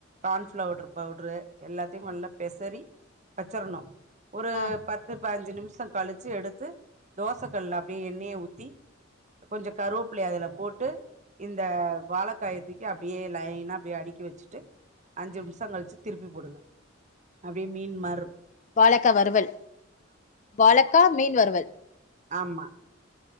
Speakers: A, on the right (about 35°); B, on the left (about 35°).
A: கான்ஃபிளவுட்ரு
B: ம்
A: பவுட்ரு எல்லாத்தையும்
B: ம்
A: நல்லா பெசரி வச்சரணும் ஒரு
B: ஆ
A: பத் த்து பாஞ்சி நிம்ஷோ கழிச்சி எடுத்து தோச கல்ல அப்டியே எண்ணெய ஊத்தி கொஞ்சம் கருவேப்புலைய அதுல போட்டு இந்த வாழக்காய தூக்கி அப்டியே லைனா அப்டியே அடிக்கி வெச்சுட்டு அஞ்சி
B: ம்
A: நிம்ஷோ கழிச்சு திருப்பி போடுங்க அப்டியே மீன் மார்ருக்
B: வாழக்கா வருவல் வாழக்கா மீன் வருவல்
A: ஆமா